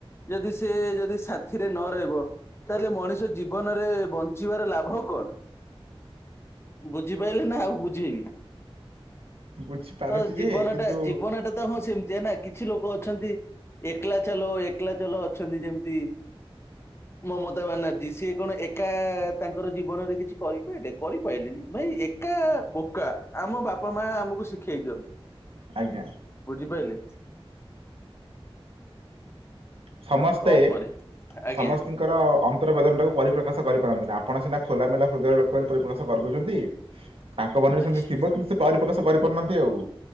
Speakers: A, on the left; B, on the right.
A: ଯଦି ସେ ଯଦି ସାଥିରେ ନ ରହିବ। ତାହେଲେ ମଣିଷ ଜୀବନରେ ବଞ୍ଚିବାର ଲାଭ କଣ? ବୁଝିପାଇଲେ ନା ଆଉ ବୁଝେଇବି?
B: ବୁଝିପାରୁଛି
A: ତ ଜୀବନଟା
B: ଯେ କିନ୍ତୁ
A: ଜୀବନଟା ତ ହଁ ସେମତିଆ ନା କିଛି ଲୋକୋ ଅଛନ୍ତି ଏକ୍ଲା ଚାଲୋ ଏକ୍ଲା ଚାଲୋ ଅଛନ୍ତି ଯେମିତି ମମତା ବାନାର୍ଜୀ ସିଏ କଣ ଏକା ତାଙ୍କର ଜୀବନରେ କିଛି କରିପାରିଲେ କରିପାରଲେନି ଭାଇ ଏକ ଏକା ବୋକା ଆମ ବାପା ମା ଆମୁକୁ ଶିଖେଇଚନ୍ତି।
B: ଆଜ୍ଞା।
A: ବୁଝିପାଇଲେ।
B: ସମସ୍ତେ
A: କଣ ପରେ ଆଜ୍ଞା
B: ସମସ୍ତି ଙ୍କର ଅନ୍ତର୍ବେଦନାଟାକୁ ପରିପ୍ରକାଶ କରିପାରନ୍ତି ନାଁ ଆପଣ ସିନା ଖୋଲା ମେଲା ହୃଦୟର ଲୋକୋ ବୋଲି ପରିପ୍ରକାଶ କରିଦେଉଚନ୍ତି।
A: <inaudible>
B: ତାଙ୍କ ମନରେ
A: ଆଚ୍ଛା
B: ସେମିତି ଥିବ କିନ୍ତୁ ସେ ପରିପ୍ରକାଶ କରିପାରୁନାହାନ୍ତି ଆଉ।